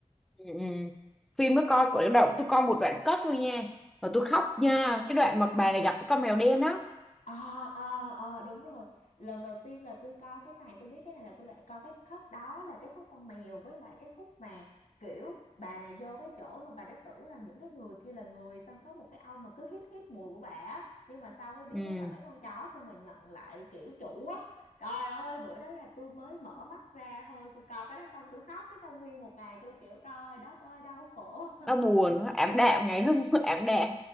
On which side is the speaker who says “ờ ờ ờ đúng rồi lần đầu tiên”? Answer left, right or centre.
Left